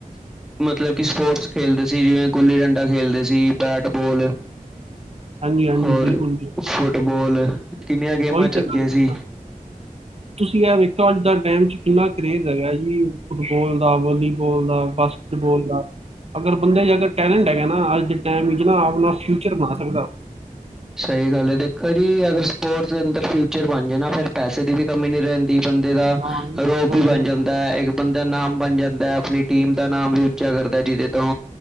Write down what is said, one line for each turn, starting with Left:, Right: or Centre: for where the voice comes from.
Centre: ਮਤਲਬ ਕਿ ਸਪੋਰਟਸ ਖੇਲਦੇ ਸੀ, ਜਿਵੇਂ ਗੁੱਲੀ ਡੰਡਾ ਖੇਲਦੇ ਸੀ, ਬੈਟਬੋਲ।
Right: ਹਾਂਜੀ ਹਾਂਜੀ
Centre: ਹੋਰ
Right: ਬਿਲਕੁਲ ਜੀ
Centre: ਫੁੱਟਬਾਲ, ਕਿੰਨੀਆਂ ਗੇਮਾਂ
Right: ਉਹੀ
Centre: ਚੱਲਦੀਆਂ
Right: ਤੇ ਗੱਲ
Centre: ਸੀ।
Right: ਆ। ਤੁਸੀਂ ਐ ਵੇਖੋ ਅੱਜ ਦਾ ਟੈਮ ਚ ਕਿੰਨਾ ਕਰੇਜ ਹੈਗਾ ਜੀ ਫੁੱਟਬਾਲ ਦਾ ਵੋਲੀ ਬੋਲ ਦਾ, ਬਾਸਕਿਟ ਬੋਲ ਦਾ ਅਗਰ ਬੰਦੇ ਚ ਅਗਰ ਟੈਲੈਂਟ ਹੈਗਾ ਨਾ ਅੱਜ ਦੇ ਟੈਮ ਵਿਚ ਨਾ, ਆਪਣਾ ਫਿਊਚਰ ਬਣਾ ਸਕਦਾ।
Centre: ਸਈ ਗੱਲ ਐ, ਦੇਖੋ ਜੀ, ਅਗਰ ਸਪੋਰਟਸ ਦੇ ਅੰਦਰ, ਫਿਊਚਰ ਬਣ ਜੇ ਨਾ ਫੇਰ, ਪੈਸੇ ਦੀ ਵੀ ਕਮੀ ਨੀ, ਰੈਂ ਦੀ, ਬੰਦੇ ਦਾ
Right: ਬਿਲਕੁਲ,
Centre: ਰੋਬ, ਈ ਬਣ ਜਾਂਦਾ ਏ। ਦੈ, ਇੱਕ ਬੰਦਾ ਦਾ ਨਾਮ ਬਣ ਜਾਂਦਾ। ਆਪਣੀ ਟੀਮ ਦਾ ਨਾਮ ਵੀ, ਉੱਚਾ ਕਰਦਾ। ਜਿਦੇ ਤੋਂ